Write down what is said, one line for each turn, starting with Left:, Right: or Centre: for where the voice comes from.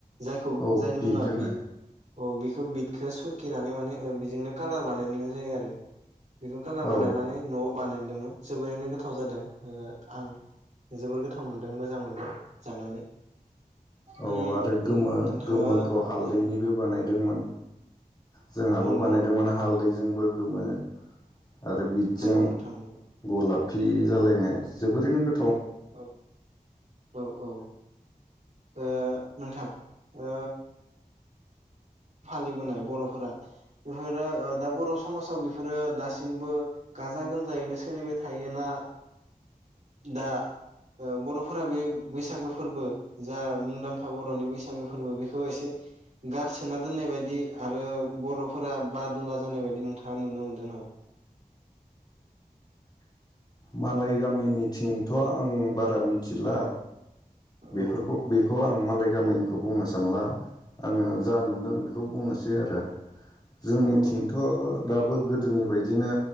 Right: जायखौ
Left: औ
Right: जायनि मुङा
Left: होनो
Right: बिद अ बिदखौ सरखिनानै माने बेजोंनो कालार बानाय जायो आरो। बेखौ खाालार बानायनानै
Left: औ
Right: न'आव बानायदोंमोन। जोबोरैनो गोथाव जादों आं जोबोर गोथाव मोनदों मोजां मोनदों जानानै
Left: औ
Right: उम
Left: आरो
Right: उम
Left: गोमो
Right: नोंथाङा
Left: गोमोखौ हालदैनिबो
Right: जा
Left: बानाय दों मोन। जोंहाबो
Right: नंगौ
Left: बानायदोंमोनान
Right: नंगौ
Left: हालदैजोंबो गोमो। आरो बिदजों
Right: नंगौ नोंथां नंगौ
Left: गलाब फि जालायनाय जोबोरैनो गो
Right: औ औ औ। ओ नोंथां ओ फालिबोनाय बर'फोरा बेफोरो दा बर' समाजाव बेफोरो दासिमबो गाजा गोमजायैनो सोलिबाय थायोना दा बर'फोरा बे बैसागो फोरबो जा मुंदांखा बर'नि बैसागो फोरबो बेखौ एसे गारस सोनना दोननाय बायदि आरो बर'फोरा ब दुला जानाय बायदि नोंथाङा नुनो मोनदों नामा?
Left: मालाय गामिनिथिंथ' आं बारा मिथिला।
Right: औ
Left: बेफोरखौ
Right: औ
Left: बेखौ आं मालाय गामिनिखौ बुंनो सानला। आङो जा नुदों बेखौ बुंनोसै आरो। जोंनिथिंथ
Right: औ
Left: दा। बो गोदोनि बायदिनो